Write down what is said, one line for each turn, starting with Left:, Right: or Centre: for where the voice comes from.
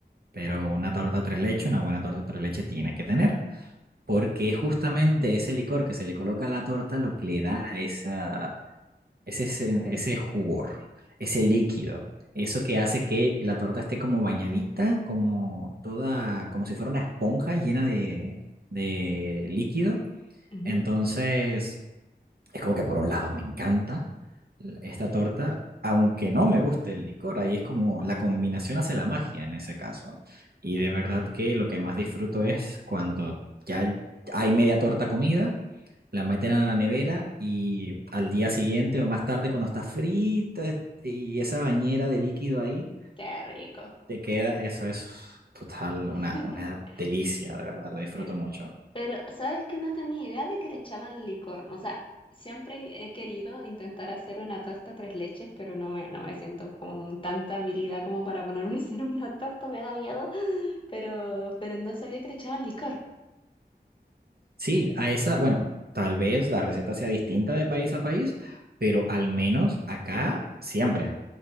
Right: pero
Left: Ajá.
Right: una torta tres leches, una buena torta tres leches tiene que tener, porque es justamente ese licor que se le coloca a la torta lo que le da esa, ese, ese, ese jugor, ese líquido, eso que hace que la torta esté como bañadita, como toda, como si fuera una esponja llena de, de líquido.
Left: Ujú,
Right: Entonces, es como que por un lado me encanta esta torta, aunque no me guste el licor, ahí es como la combinación hace la magia en ese caso. Y
Left: Ok.
Right: de verdad que lo que más disfruto es cuando ya hay, hay media torta comida, la meten a la nevera y al día siguiente o más tarde cuando está frita y esa bañera de líquido ahí,
Left: Qué rico.
Right: te queda, eso es total,
Left: <laughs>
Right: una, una delicia, de verdad, lo disfruto
Left: Pero,
Right: mucho.
Left: pero, ¿sabes que no tenía idea de que le echaban licor? O sea, siempre he querido intentar hacer una torta tres leches, pero no me, no me siento con tanta habilidad como para ponerme a hacer una torta, me da miedo. Pero, pero no sabía que le echaban licor.
Right: Sí, a esa, bueno, tal vez la receta sea distinta de país a país, pero al menos acá siempre